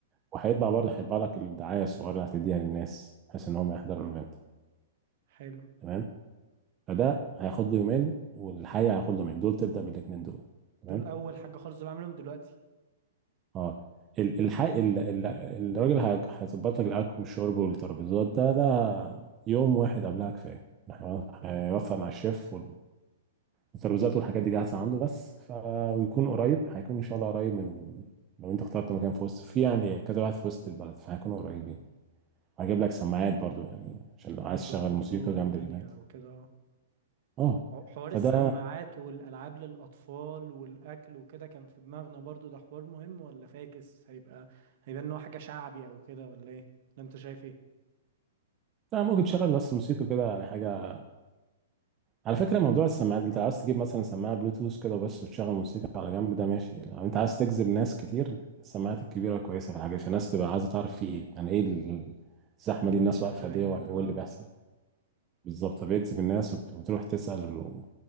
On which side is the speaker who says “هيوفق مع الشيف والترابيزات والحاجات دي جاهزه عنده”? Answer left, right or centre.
Right